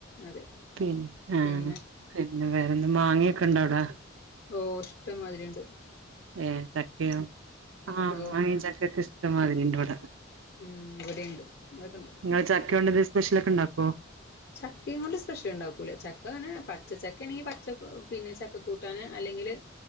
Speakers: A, on the left (about 55°); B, on the right (about 70°).
A: അതെ.
B: പിൻ ഏഹ്.
A: പിന്നെ
B: പിന്നെ വേറെന്ത മാങ്ങ്യൊക്കെ ഇണ്ടവ്ടെ?
A: ഓഹ് ഇഷ്ടംമാതിരി ഇണ്ട്.
B: ഏഹ് ചക്കയോ? ആഹ്
A: ഉണ്ടാവോ
B: മാങ്ങിം ചക്ക്യൊക്കെ ഇഷ്ടംമാതിരിണ്ട് വടെ
A: ഉം ഇവിടെയുണ്ട് അതൊക്കെണ്ട്
B: ഇങ്ങള് ചക്ക്യോണ്ടെന്തെങ്കിലും സ്പെഷ്യലൊക്കെ ഇണ്ടാക്കോ?
A: ചക്കേം കൊണ്ട് സ്പെഷ്യല്ണ്ടാക്കൂല. ചക്കങ്ങനെ പച്ചച്ചക്കേണെങ്കി പച്ച പിന്നെ ചക്കക്കൂട്ടാന് അല്ലെങ്കില്,